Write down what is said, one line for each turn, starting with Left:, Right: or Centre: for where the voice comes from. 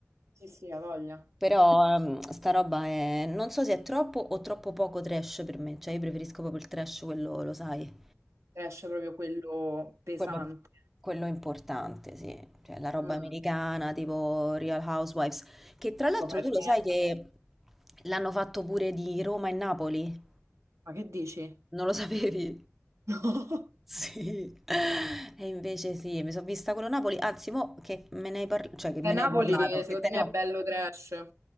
Right: Sì, sì, ha voglia.
Centre: Però ehm, sta roba è... Non so se è troppo o troppo poco trash per me. Cioè, io preferisco proprio il trash, quello, lo sai.
Right: Trash proprio quello pesante.
Centre: Quello, quello è importante, sì. Cioè, la roba
Right: Mm.
Centre: americana, tipo Real Housewives. Che tra l'altro
Right: Vabbè,
Centre: tu
Right: bene.
Centre: lo sai che l'hanno fatto pure di Roma e Napoli?
Right: ma che dici?
Centre: Non lo <laughs> sapevi?
Right: <laughs>
Centre: Sì, e invece sì, mi sono vista quello Napoli, anzi, mo che me ne hai par- cioè, che me
Right: No. Eh,
Centre: ne
Right: Napoli,
Centre: hai parlato,
Right: secondo
Centre: che te ne
Right: me,
Centre: ho.
Right: è bello trash.